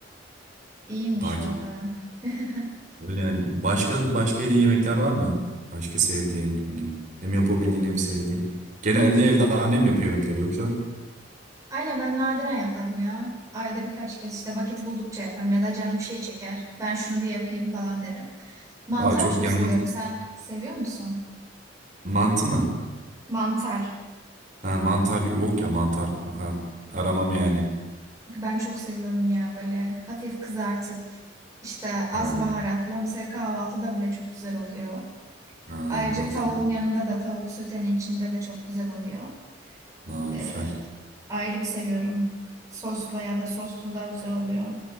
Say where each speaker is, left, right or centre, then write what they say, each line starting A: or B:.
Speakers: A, on the right (about 20°); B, on the right (about 45°).
A: İyiymiş
B: Daha
A: valla.
B: ki
A: <laughs>
B: öyle yani. Başka başka yediğin yemekler var mı? Başka sevdiğin hani hem yapabildiğin hem sevdiğin. Genelde evde annem yapıyor yemekleri yoksa
A: Aynen ben nadiren yaparım ya. Ayda birkaç kez işte vakit buldukça yaparım ya da canım bir şey çeker. Ben şunu bir yapayım falan derim. Mantar
B: daha çok
A: çok
B: yalnız
A: seviyorum. Sen seviyor musun?
B: mantı mı?
A: Mantar.
B: Ha, mantar yok ya mantar o kadar aramam yani.
A: Ben çok seviyorum ya böyle hafif kızartıp işte az
B: Ha,
A: baharatla mesela kahvaltıda bile çok güzel oluyor.
B: ha,
A: Ayrıca
B: anladım.
A: tavuğun yanında da tavuk sötenin içinde de çok güzel oluyor.
B: Daha
A: Ee,
B: güzel.
A: ayrı bir seviyorum. Sosla ya da sossuz da güzel oluyor.